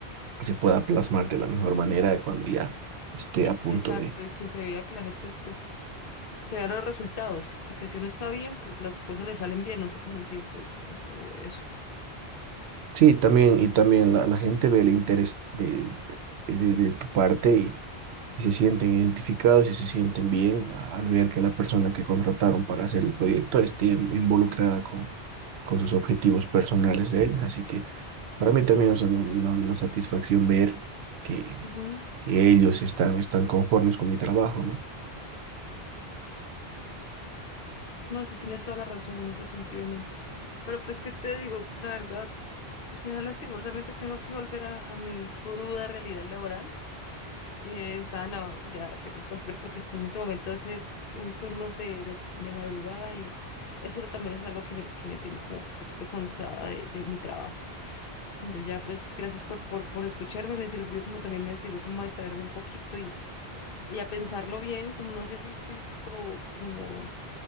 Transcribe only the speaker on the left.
Y,
exacto,
y que se vea que la gente, pues, se vean los resultados, porque si uno está bien, pues las cosas le salen bien, no sé cómo decirte, es, es como eso.
Ujú.
No, sí tienes toda la razón en ese sentido, no. Pero pues, ¿qué te digo? Pues, la verdad, ya lastimosamente tengo que volver a, a mi cruda realidad laboral. Eh, está, no, ya tengo que volver porque estoy en este momento hace un turno de, de, de madrugada y eso también es algo que me, que me tiene como un poquito cansada de, de mi trabajo. Entonces ya pues gracias por, por, por escucharme, me sirvió como también me sirvió como a distraerme un poquito y, y a pensarlo bien, como no sé si estoy como, como